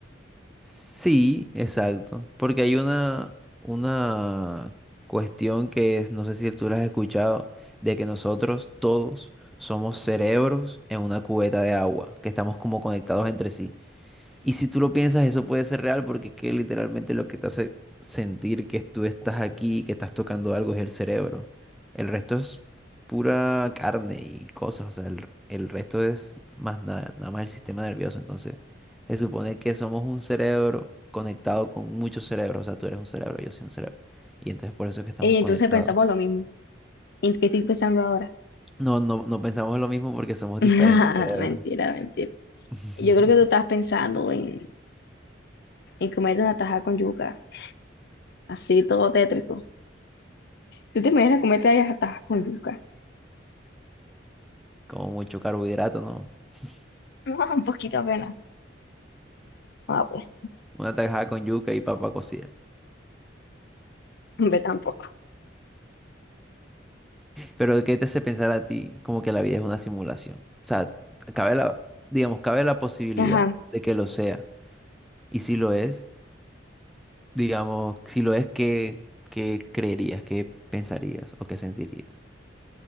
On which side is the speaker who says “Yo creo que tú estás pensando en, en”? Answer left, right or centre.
Left